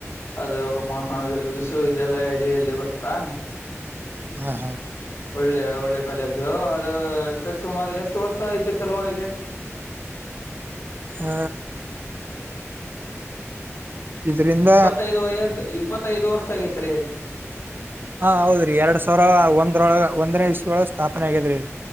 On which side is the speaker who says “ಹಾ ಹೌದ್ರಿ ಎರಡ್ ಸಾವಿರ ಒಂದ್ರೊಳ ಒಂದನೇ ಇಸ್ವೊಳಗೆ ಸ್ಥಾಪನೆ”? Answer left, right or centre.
Right